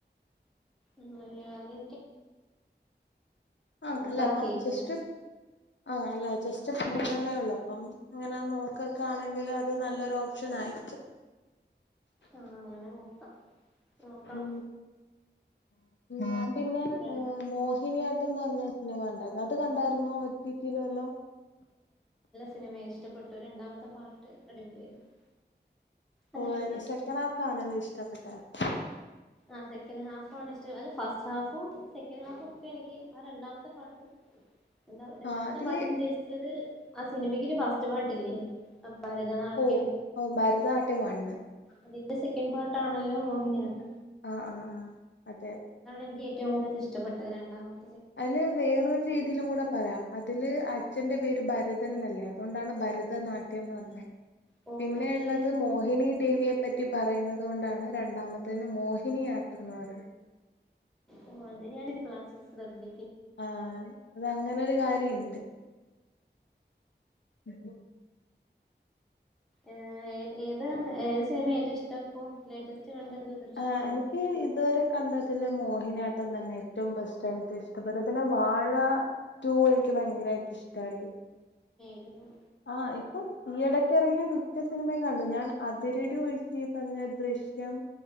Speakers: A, in the centre; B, on the left.
A: ഉം അല്ലാതെ
B: ആഹ
A: ഇപ്പളാ
B: അല്ല അപ്പ
A: കേൾക്കുന്നെ
B: ജസ്റ്റ് ആഹ അല്ല ജസ്റ്റ് നന്നേള്ളു അപ്പം അങ്ങനെ നോക്കക്കെ ആണെങ്കിൽ അത് നല്ലൊരു ഓപ്ഷൻ ആയിട്ടും
A: ആഹ അങ്ങനെ നോക്കാം നോക്കണം
B: ഉ ഞാൻ പിന്നെ
A: ആ
B: മോഹിനിയാട്ടംന്ന് പറഞ്ഞ വേണ്ട അത് കണ്ടായിരുന്നോ ഒീറ്റയില വല്ലാം
A: സിനിമെ ഇഷ്ടപ്പെട്ടു രണ്ടാമത്തെ പാർട്ട് അടിപൊളിയായിരുന്നു അത്
B: ഓ
A: അടിപൊളിയാ
B: സെക്കൻ് ഹാഫ്ാണല്ലോ ഇഷ്ടപ്പെട്ട ആഹ
A: ആ സെക്കൻഡ് ഹാഫ ആ ഇഷ്ട അല്ല ഫസ്റ്റ് ഹാഫും സെക്കൻഡ് ഹാഫും ഒക്കെ എനിക്ക് ആ രണ്ടാമത്തെ പാട്ടിൽ എന്താ രണ്ടാമത്തെ
B: ആഹ് അതില്
A: പാട്ടം ഉദ്ദേശിച്ചത് സിനിമക്കൊരു ഫസ്റ്റ് പാട്ടില്ലേ ഭരതനാട്യം
B: ഓ ഓ ഭരതനാട്യമാണ്ണ്
A: അതിന്റെ സെക്കൻഡ് പാർട്ടാണല്ലോ മോഹിനിയാട്ട
B: ആഹ ആഹ് ആഹ അതെ അതെ
A: എനിക്ക് ഏറ്റവും കൂടുത ഇഷ്ടപ്പെട്ട രണ്ടാമത്
B: അതില് വേറൊരു രീതിയിലും കൂടെ പറയാം അതില് അച്ഛന്റെ പേര് ഭരതൻല്ലേ അതുകൊണ്ടാണ് ഭരതനാട്യംന്ന് പറഞ്ഞെ
A: ഓ
B: പിന്നെയള്ളത്
A: മറ്റേ
B: മോഹിനി ദേവിയെപ്പറ്റി പറയുന്നത് കൊണ്ടാണ് രണ്ടാമത്തെ അത്തന് മോഹിനിയാട്ടന്ന് പറു
A: ഓ അതെ ഞാൻ ഇ പ്ലാസ് ശ്രദ്ധി
B: ആഹ അത അങ്ങനെരു കാര്യ ണ്ട് ഉ <inaudible>
A: ഏ ഏ ഏത് ഏ സിനിമ ഏറ്റ ഇഷ്ട ഇപ്പോ ലേറ്റസ്റ്റ് കണ്ടതില് ദൃശ്യാണോ
B: ആഹ് എനിക്ക് ഇതുവരെ കണ്ടതിൽ മോഹിനിയാട്ടം തന്നെ ഏറ്റവും ബെസ്റ്റ് ആയിട്ട് ഇഷ്ടപ്പെട്ടത് പിന്നെ വാഴ ടു എനി ക്കു ഭയങ്കരമായിട്ട് ഇഷ്ടായി
A: ഇ <inaudible>
B: ആഹ് ഇപ്പം ഈയിടക്കു ക്കു ഇറങ്ങിയ മിക്ക സിനിമയും കണ്ടു ഞാൻ അതിരടി ഒഴിച്ചച്ച് ഈ പറഞ്ഞ ദൃശ്യം